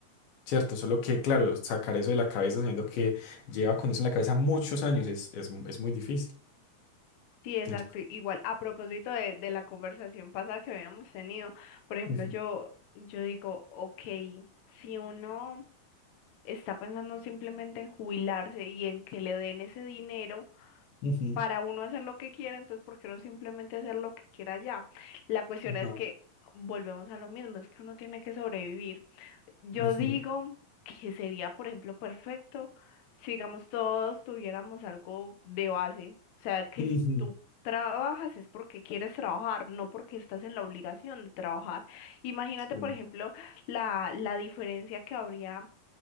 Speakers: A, on the left; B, on the left.
A: Cierto, solo que, claro, sacar eso de la cabeza sabiendo que lleva con eso en la cabeza muchos años es, es, mu- es muy difícil,
B: Sí, exacto.
A: ¿cierto?
B: Igual, a propósito de, de la conversación pasada que habíamos tenido, por ejemplo,
A: Ujú,
B: yo, yo digo, ok, si uno está pensando simplemente en jubilarse y en que le den ese dinero
A: ujú,
B: para uno hacer lo que quiera, entonces, ¿por qué no simplemente hacer lo que quiera ya? La cuestión
A: ajá,
B: es que volvemos a lo mismo, es que uno tiene que sobrevivir. Yo
A: ujú,
B: digo que sería, por ejemplo, perfecto si, digamos, todos tuviéramos algo de base, o sea, que
A: ujú,
B: si tú... Trabajas es porque quieres trabajar, no porque estás en la obligación de trabajar. Imagínate,
A: Sí.
B: por ejemplo, la, la diferencia que habría